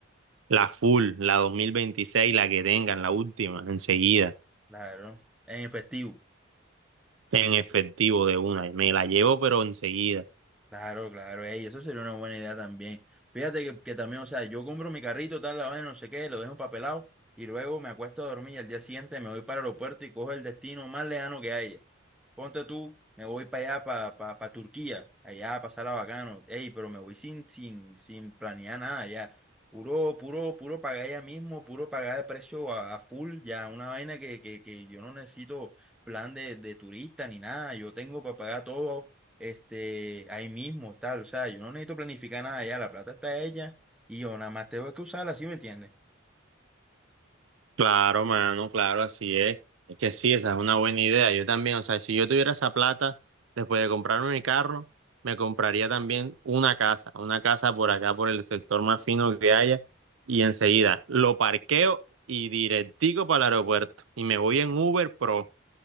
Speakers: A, on the right; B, in the centre.
A: La full, la 2026, la que tengan, la última, enseguida,
B: Claro, en efectivo.
A: en efectivo de una. Me la llevo, pero enseguida.
B: Claro, claro, ey, eso sería una buena idea también. Fíjate que, que también, o sea, yo compro mi carrito, tal, la vaina, no sé qué, lo dejo papelado y luego me acuesto a dormir y al día siguiente me voy para el aeropuerto y cojo el destino más lejano que haya. Ponte tú, me voy para allá, para pa, pa- pa Turquía, allá a pasar a bacano. Ey, pero me voy sin, sin, sin planear nada, ya. Puro, puro, puro pagar ya mismo, puro pagar el precio a, a full, ya. Una vaina que, que, que yo no necesito plan de, de turista ni nada. Yo tengo para pagar todo este, ahí mismo, tal. O sea, yo no necesito planificar nada ya. La plata está hecha y yo nada más tengo que usarla, ¿sí me entiendes?
A: Claro, mano, claro, así es. Es que sí, esa es una buena idea. Yo también, o sea, si yo tuviera esa plata, después de comprarme mi carro, me compraría también una casa, una casa por acá, por el sector más fino que haya, y enseguida lo parqueo y directico para el aeropuerto. Y me voy en Uber Pro.